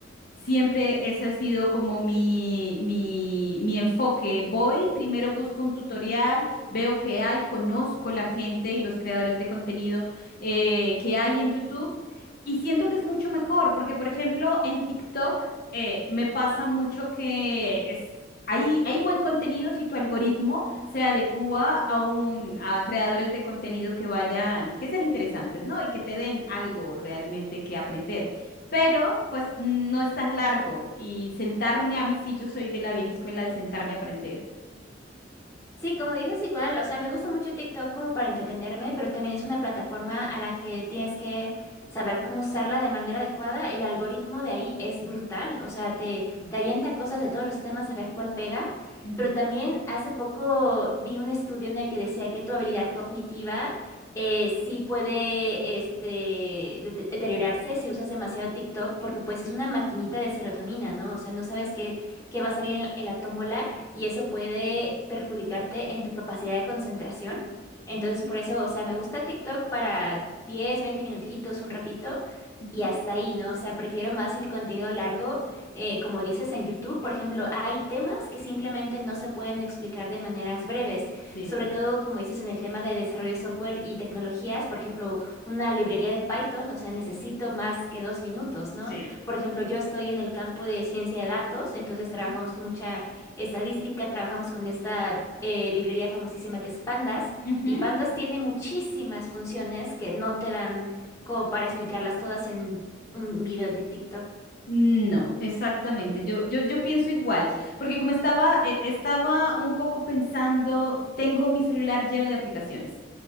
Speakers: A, on the left; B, on the left.
A: Siempre ese ha sido como mi, mi, mi enfoque. Voy, primero busco un tutorial, veo qué hay, conozco la gente y los creadores de contenido eh, que hay en YouTube y siento que es mucho mejor porque, por ejemplo, en TikTok eh, me pasa mucho que es- hay, hay buen contenido si tu algoritmo se adecua a, un, a creadores de contenido que vayan, que sean interesantes, ¿no? Y que te den algo realmente que aprender pero pues no es tan largo y sentarme a mí sí, yo soy de la vieja escuela de sentarme a aprender.
B: Sí, como dices igual, o sea, me gusta mucho TikTok como para entretenerme, pero también es una plataforma a la que tienes que saber cómo usarla de manera adecuada. El algoritmo de ahí es brutal, o sea, te,
A: Mm.
B: te avienta cosas de todos los temas a ver cuál pega,
A: Ujú,
B: pero también hace poco vi un estudio en el que decía que tu habilidad cognitiva eh, sí puede este, dete- deteriorarse si usas demasiado TikTok, porque pues
A: ujú,
B: es una maquinita de serotonina, ¿no? O sea, no sabes qué, qué va a salir en en la tómbola y eso puede perjudicarte en tu capacidad de concentración. Entonces,
A: ujú,
B: por eso, o sea, me gusta TikTok para 10 20 minutitos, un ratito
A: ujú,
B: y hasta ahí, ¿no? O sea, prefiero más el contenido largo, eh, como dices en YouTube, por ejemplo, hay temas que simplemente no se pueden explicar de maneras breves,
A: Sí.
B: sobre todo, como dices, en el tema de desarrollo de software y tecnologías, por ejemplo, una librería de Python, o sea, necesito
A: ujú.
B: más que dos minutos, ¿no?
A: Sí.
B: Por ejemplo, yo estoy en el campo de ciencia de datos, entonces trabajamos
A: Ujú.
B: con mucha estadística, trabajamos con esta eh, librería famosísima que es Pandas,
A: ujú.
B: y Pandas tiene muchísimas funciones que no te dan como para explicarlas todas en un video de TikTok.
A: No, exactamente. Yo, yo, yo pienso igual, porque como estaba, eh, estaba un poco pensando, tengo mi celular lleno de aplicaciones